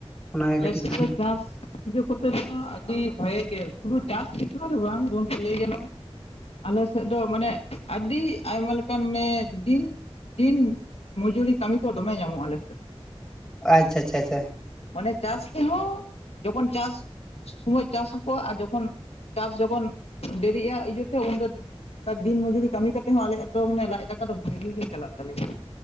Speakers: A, in the centre; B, on the left.
A: ᱚᱱᱟᱜᱮ
B: ᱟᱞᱮ
A: ᱠᱟᱹᱴᱤᱡ
B: ᱥᱮᱫ ᱫᱚ ᱪᱟᱥ ᱤᱭᱟ. ᱠᱚᱛᱮ ᱫᱚ ᱟᱹᱰᱤ ᱵᱷᱟᱜᱮ ᱜᱮ ᱥᱩᱫᱩ ᱪᱟᱥ ᱮᱠᱞᱟ ᱫᱚ ᱵᱟᱝ ᱜᱚᱢᱠᱮ ᱞᱟ. ᱭ ᱜᱟᱱᱚᱜᱼᱟ ᱟᱞᱮ ᱥᱮᱫ ᱫᱚ ᱢᱟᱱᱮ ᱟᱹᱰᱤ ᱟᱭᱢᱟ ᱞᱮᱠᱟᱱ ᱢᱟᱱᱮ ᱫᱤᱱ ᱫᱤᱱ ᱢᱚᱡᱩᱨᱤ ᱠᱟᱹᱢᱤ ᱠᱚ ᱫᱚᱢᱮ ᱧᱟᱢᱚᱜᱼᱟ ᱟᱞᱮᱥᱮᱫ
A: ᱟᱪᱽᱪᱷᱟ ᱟᱪᱷᱟ ᱟᱪᱷᱟ
B: ᱢᱟᱱᱮ ᱪᱟᱥ ᱛᱮᱦᱚᱸ ᱡᱚᱠᱷᱚᱱ ᱪᱟᱥ ᱥᱚᱢᱚᱭ ᱪᱟᱥ ᱟᱠᱚ ᱟᱨ ᱡᱚᱠᱷᱚᱱ ᱪᱟᱥ ᱡᱚᱠᱷᱚᱱ ᱰᱤᱨᱤᱜᱼ ᱟ ᱤᱭᱟᱹᱛᱮ ᱩᱱ ᱫᱚ ᱫᱤᱱ ᱢᱚᱡᱩᱨᱤ ᱠᱟᱹᱢᱤ ᱠᱟᱛᱮ ᱦᱚᱸ ᱟᱞᱮᱭᱟᱜ ᱫᱚ ᱢᱟᱱᱮ ᱞᱟᱡ ᱫᱟᱠᱟ ᱫᱚ ᱵᱷᱟᱜᱤ ᱜᱮ ᱪᱟᱞᱟᱜ ᱛᱟᱞᱮᱭᱟ